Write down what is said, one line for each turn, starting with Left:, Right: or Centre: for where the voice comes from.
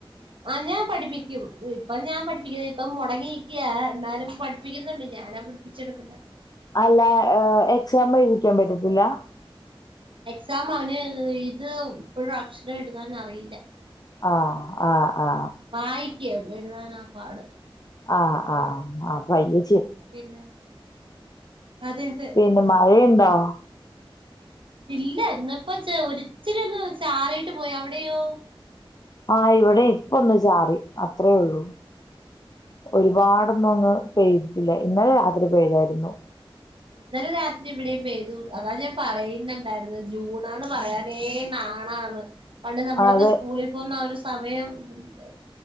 Right: ആ ഞാൻ പഠിപ്പിക്കും ഇപ്പൊ ഞാൻ പഠിപ്പിക്കുന്നത് ഇപ്പൊ മൊടങ്ങി ക്കിയാ ന്നാലും പഠി പ്പിക്കുന്നുണ്ട്. ഞാനാ പുടിപ്പിച്ചെടുക്കുന്നെ.
Left: അല്ല എക്സാം എഴുതിക്കാൻ പറ്റത്തില്ല?
Right: സാം അവന് ഇത് ഇപ്പഴും അക്ഷരം എഴുതാൻ അറിയില്ല.
Left: ആഹ് ആ ആ
Right: വായി ക്കും എഴുതാനാ പാട്
Left: ആഹ് ആഹ് ആ പയ്യേ
Right: പിന്നെ അതെ അതെ
Left: പിന്നെ മഴയുണ്ടോ
Right: ഇല്ല ഇന്നിപ്പ ച് ഒരിച്ചിരി ഒന്ന് ചാറിയിട്ട് പോയ് അവിടെയോ?
Left: ആഹ് ഇവിടെ ഇപ്പ ഒന്ന് ചാറി അത്രേ ഉള്ളൂ
Right: ഓ
Left: ഒരുപാടൊന്നും
Right: ഓ
Left: അങ്ങ് പെയ്തില്ല ഇന്നലെ രാത്രി പെയ്തായിരുന്നു
Right: ഇന്നലെ രാത്രി ഇവിടെയും പെയ്തു അതാ ഞാൻ പറയുന്നുണ്ടായിരുന്നു ജൂണാന്ന് പറയാനേ നാണാന്ന് പണ്ട് നമ്മളൊക്കെ
Left: ആ, അത്
Right: സ്കൂളിൽ പോകുന്ന ആ ഒരു സമയം എന്റെ